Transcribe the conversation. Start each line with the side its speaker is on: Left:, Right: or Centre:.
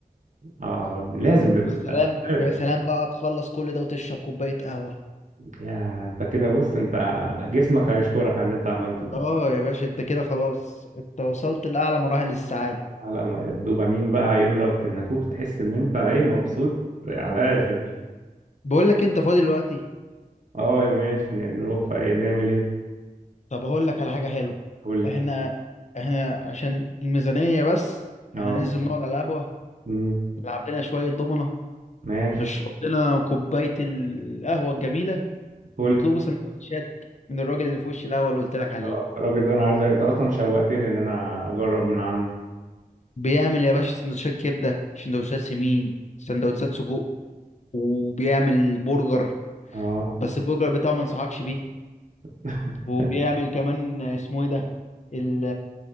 Right: اه لازم بيبسط
Left: وسلام
Right: آه، لازم
Left: ويا سلام بقى تخلص كل ده وتشرب كوباية قهوة
Right: يا انت كده بص انت جسمك هيشكرك على اللي انت عملته ده
Left: اه يا باشا انت كده خلاص انت وصلت لأعلى مراحل السعادة
Right: على ما الدوبامين بقى يضرب في النافوخ تحس ان انت ايه مبسوط على الاخر
Left: بقول لك انت فاضي دلوقتي
Right: اه يا ماشي ن- نروح في ايه نعمل ايه
Left: طب هقول لك على حاجة حلوة
Right: قول لي
Left: احنا احنا عشان الميزانية بس
Right: اه
Left: احنا ننزل نقعد على القهوة
Right: مم.
Left: نلعب لنا شوية دومنة
Right: ماشي
Left: نشرب لنا كوباية القهوة الجميلة
Right: فل
Left: بيطلبوا سندوتشات من الراجل اللي في وشي الاول اللي قلت لك عليه
Right: آه، الراجل ده انا عايز أ- انت اصلا شوقتني ان انا اجرب من عنده
Left: بيعمل يا باشا سندوتشات كبده سندوتشات سمين سندوتشات سجق وبيعمل برجر
Right: اه
Left: بس البرجر بتاعه ما انصحكش بيه
Right: <laughs>
Left: وبيعمل كمان اسمه ايه ده ال-